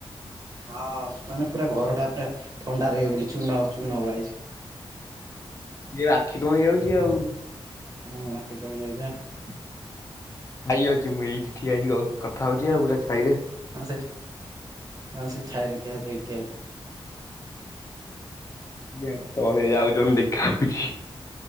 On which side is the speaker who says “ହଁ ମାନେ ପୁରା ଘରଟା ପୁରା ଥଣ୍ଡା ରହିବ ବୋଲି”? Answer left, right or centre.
Right